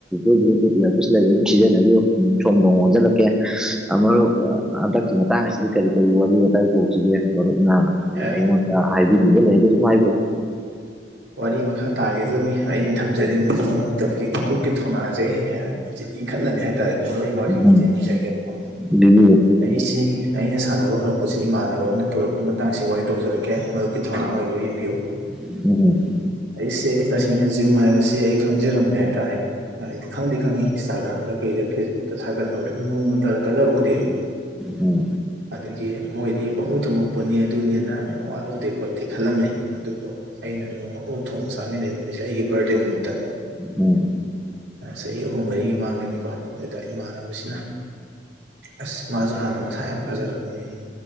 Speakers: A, in the centre; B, on the right.
A: ꯨ ꯕ꯭ꯂꯨꯇꯨꯠ ꯏꯌꯥꯔꯄꯤꯁ ꯂꯩꯕ ꯑꯗꯨꯝ ꯁꯤꯖꯤꯟꯅꯕꯤꯌꯨ ꯁꯣꯝꯗꯣꯡ ꯑꯣꯟꯁꯤꯜꯂꯛꯀꯦ ꯑ ꯃꯔꯨꯞ ꯍꯟꯗꯛꯁꯤ ꯃꯇꯥꯡ ꯑꯁꯤꯗꯤ ꯀꯔꯤ ꯀꯔꯤ ꯋꯥꯔꯤ ꯋꯥꯇꯥꯏ ꯇꯧꯁꯤꯒꯦ ꯃꯔꯨꯞꯅ
B: ꯑꯦ
A: ꯑꯩꯉꯣꯟꯗ ꯍꯥꯏꯕꯤꯅꯤꯡꯒꯦ ꯂꯩ ꯑꯩꯒ ꯑꯗꯨꯝ ꯍꯥꯏꯕꯤ꯭ꯔꯣ
B: ꯋꯥꯔꯤ ꯃꯈꯥ ꯇꯥꯈꯤꯗꯕꯅꯤ ꯑꯩꯅ ꯊꯝꯖꯅꯤꯡꯕꯁꯨ ꯃꯔꯨꯞ ꯍꯧꯖꯤꯛ ꯃꯔꯨꯞꯀꯤ ꯊꯧꯅꯥꯖꯩ ꯍꯥꯏꯅ ꯍꯧꯖꯤꯛ ꯏꯟꯈꯠꯂꯅꯤ ꯍꯥꯏ ꯇꯔꯦ ꯀꯨꯝ ꯃꯔꯣꯏ ꯑꯩ ꯋꯥꯔꯤ
A: ꯎꯝ
B: ꯃꯇꯦꯡ ꯂꯤꯖꯒꯦꯕꯀꯣ
A: ꯂꯤꯕꯤꯌꯨ
B: ꯑꯩ ꯆꯦ ꯑꯩꯅ ꯁꯥꯟꯅꯕ ꯍꯧꯔꯛꯄꯁꯤ ꯏꯃꯥꯟꯅꯕ ꯑꯃꯅ ꯄꯨꯔꯛꯀꯤ ꯃꯇꯥꯡꯁꯤ ꯋꯥꯔꯤ ꯇꯧꯖꯔꯛꯀꯦ ꯃꯔꯨꯞ ꯊꯧꯅꯥ ꯑꯣꯏꯕ ꯌꯦꯡꯕꯤꯌꯨ
A: <unintelligible>
B: ꯑꯩꯁꯦ ꯇꯁꯦꯡꯅ ꯖꯤꯝ ꯍꯥꯏꯕꯁꯤ ꯑꯩ ꯈꯪꯖꯔꯝꯗꯦ ꯍꯥꯏꯇꯥꯔꯦ ꯉꯗꯤ ꯈꯪꯗꯤ ꯈꯪꯉꯤ ꯏꯟꯁꯇꯥꯒ꯭ꯔꯥꯝꯗ ꯀꯩꯗ ꯐꯦꯁꯕꯨꯛꯇ ꯊꯥꯒꯠꯅꯕ ꯅꯣꯡꯃ ꯀꯂꯛ ꯎꯗꯦꯕ
A: ꯑꯣ
B: ꯑꯗꯒꯤ ꯃꯣꯏꯗꯤ ꯄꯥꯃꯨ ꯇꯝꯃꯛꯨꯄꯅꯤ ꯑꯗꯨꯅꯤꯅ ꯑꯗꯤ ꯋꯥ ꯂꯧꯗꯦ ꯈꯣꯠꯇꯦ ꯈꯜꯂꯝꯃꯦ ꯑꯗꯨꯕꯨ ꯑꯩꯅ ꯅꯣꯡꯃ ꯎꯛ ꯊꯣꯡꯕ ꯆꯥꯃꯤꯟꯅꯩ ꯅꯨꯃꯤꯠꯁꯦ ꯑꯩꯒꯤ ꯕꯥꯔꯗꯦ ꯅꯨꯃꯤꯠꯇ
A: ꯑꯣ
B: ꯆꯍꯤ ꯑꯍꯨꯝ ꯃꯔꯤꯒꯤ ꯃꯥꯡꯒꯅꯤꯀꯣ ꯑꯗꯨꯗ ꯏꯃꯥꯟꯅꯕꯁꯤꯅ ꯑꯁ ꯃꯥꯁꯨ ꯍꯥꯟꯅ ꯃꯁꯥ ꯌꯥꯝ ꯐꯖꯔꯛꯄ ꯃꯤꯅꯤ